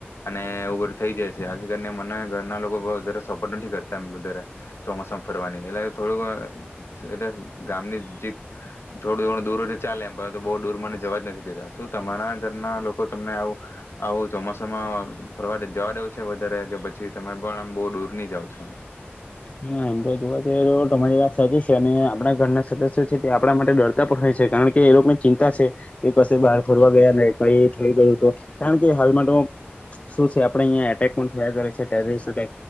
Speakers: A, on the left (about 75°); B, on the left (about 30°).
A: અને ઉગર થઇ જાય જેથી તને મને ઘરના લોકો બો વધારે સપોર્ટ નથી કરતા વધારે ચોમાસામાં ફરવાની એટલે થોડુંક સરસ ગામનીક જી થોડું થડું દૂર ચાલે એમ પરંતુ બહુ દૂર મને જવા જ નથી દેતા શું તમારા ઘરના લોકો તમને આવું આવું ચોમાસામાં ફરવા જવા દેઉ છે વધારે કે પછી તમે પણ બહુ દૂર ની જાવ છો એમ?
B: હા એમ તો જોવા જઈએ એ તમારી વાત સાચી છે અને આપણા ઘરના સદસ્યો છે તે આપણા માટે ડરતા પણ હોય છે કારણ કે એ લોકોને ચિંતા છે કે કસે બહાર ફરવા ગયા ન કઈ થઈ ગયું તો કારણ કે હાલમાં તો શું છે આપણેે અહંયા એટેક પણ થયા કરે છે, ટેરીલેસ એટલે